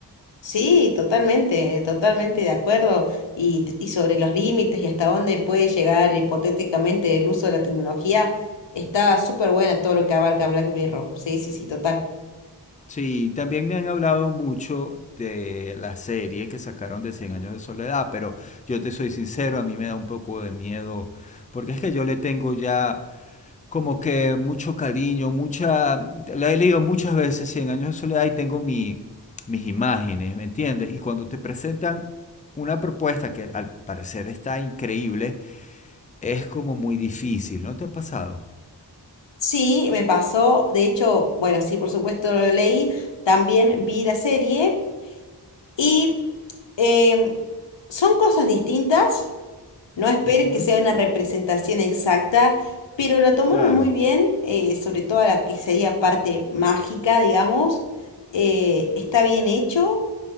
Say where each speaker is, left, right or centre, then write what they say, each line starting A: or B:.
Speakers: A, on the left; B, on the left.
A: Sí, totalmente, totalmente de acuerdo. Y, y sobre los límites y hasta dónde puede llegar hipotéticamente el uso de la tecnología, está súper buena todo lo que abarca Black Mirror. Sí, sí, sí, total.
B: Sí, también me han hablado mucho de la serie que sacaron de Cien años de soledad, pero yo te soy sincero, a mí me da un poco de miedo, porque es que yo le tengo ya como que mucho cariño, mucha... La he leído muchas veces, Cien años de soledad, y tengo mi, mis imágenes, ¿me entiendes? Y cuando te presentan una propuesta que al parecer está increíble, es como muy difícil, ¿no te ha pasado?
A: Sí, me pasó. De hecho, bueno, sí, por supuesto lo leí. También vi la serie y em, son cosas distintas No esperes
B: Ujú,
A: que sea una representación exacta, pero lo tomaron
B: Claro,
A: muy bien, eh, sobre todo a la que sería parte mágica, digamos. Eh, está bien hecho.